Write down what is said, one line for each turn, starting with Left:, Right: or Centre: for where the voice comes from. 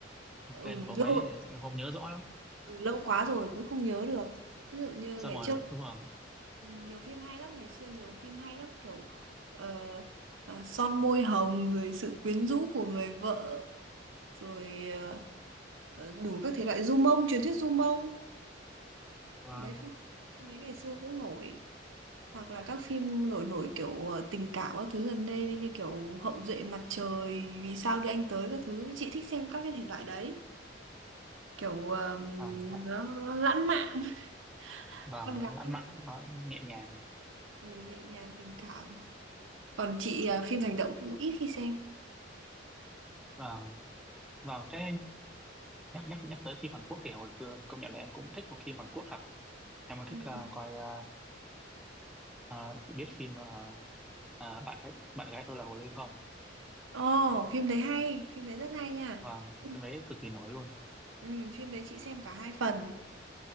Centre: một
Right: ừ,
Centre: tên của ông
Right: lâu
Centre: ấy em không nhớ rõ lắm
Right: ừ, lâu quá rồi cũng không nhớ được. Ví dụ như
Centre: xong
Right: ngày
Centre: rồi
Right: trước
Centre: đúng rồi
Right: nhiều phim hay lắm, ngày xưa nhiều phim hay lắm kiểu ờ, ờ, son môi hồng rồi sự quyến rũ của người vợ rồi ờ, ờ, đủ các thể loại du mông truyền thuyết du mông
Centre: vâng
Right: đấy phim phim đấy ngày xưa cũng nổi hoặc là các phim nổi nổi kiểu ờ, tình cảm các thứ gần đây như kiểu Hậu duệ mặt trời vì sao đưa anh tới các thứ chị thích xem các cái thể loại đấy kiểu ờ,
Centre: vâng thế ạ
Right: nó lãng mạn <laughs>
Centre: vâng
Right: con gái
Centre: lãng mạn nó nhẹ nhàng
Right: ừ, nhẹ nhàng tình cảm còn chị ờ, phim hành động cũng ít khi xem
Centre: vâng vâng thế nhắc nhắc nhắc tới phim Hàn Quốc thì hồi xưa công nhận là em cũng thích một phim Hàn Quốc thật em còn
Right: ừ.
Centre: thích ờ, coi ờ, À, chị biết phim mà à, bạn gái bạn gái tôi là Hồ Ly không?
Right: Ồ, phim đấy hay phim đấy rất hay nha
Centre: Vâng,
Right: phim,
Centre: phim đấy cực kỳ nổi luôn.
Right: ừ, phim đấy chị xem cả hai phần